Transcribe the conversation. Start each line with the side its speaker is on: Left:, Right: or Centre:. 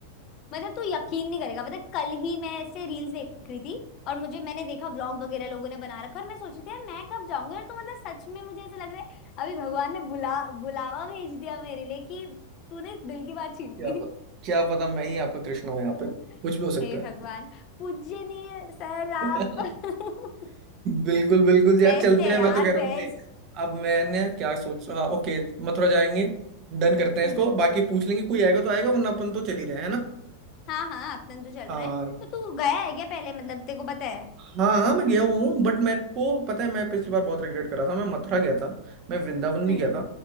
Left: मतलब तू यकीन नहीं करेगा मतलब कल ही मैं ऐसे रील्स देख रही थी और मुझे मैंने देखा व्लॉग वगैरह लोगों ने बना रखा और मैं सोच रही थी यार मैं कब जाऊंगी यार तो मतलब सच में मुझे ऐसा लग रहा है अभी भगवान ने बुला बुलावा भेज दिया मेरे लिए कि तूने इस दिल की बात छीन
Right: क्या
Left: ली
Right: पता क्या पता मैं ही आपका कृष्ण हूँ यहाँ
Left: <laughs>
Right: पे कुछ भी हो सकता
Left: हे
Right: है
Left: भगवान पूजनीय सर
Right: <laughs>
Left: आप <laughs>
Right: बिल्कुल बिल्कुल यार
Left: बेस्ट
Right: चलते
Left: है
Right: हैं
Left: यार
Right: मैं तो कह रहा
Left: बेस्ट
Right: हूँ देख अब मैंने क्या सोच हाँ ओके मथुरा जाएंगे डन करते हैं
Left: हम्म
Right: इसको बाकी पूछ लेंगे कोई आएगा तो आएगा वरना अपन तो चल ही रहे हैं है ना
Left: हाँ हाँ अपन तो चल
Right: हाँ
Left: रहे हैं तो तू गया है क्या पहले मतलब तेरे को पता है
Right: हाँ हाँ मैं गया हुआ हूँ बट मेरे को पता है मैं पिछली बार बहुत रिग्रेट कर रहा था मैं मथुरा गया था मैं वृंदावन भी
Left: हम्म
Right: गया था